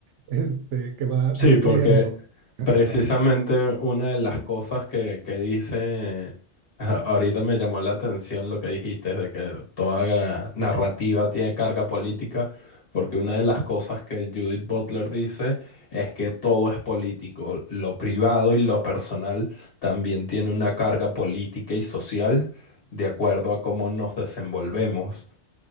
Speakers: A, on the right (about 80°); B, on the left (about 55°).
A: este, que va
B: Sí,
A: nutriendo.
B: porque
A: Exacto,
B: Precisamente una de las cosas que, que dice, a- ahorita me llamó la atención lo que dijiste, de que toda ga- narrativa tiene carga política, porque una de las cosas que Judith Butler dice es que todo es político, lo privado y lo personal también tiene una carga política y social de acuerdo a cómo nos desenvolvemos.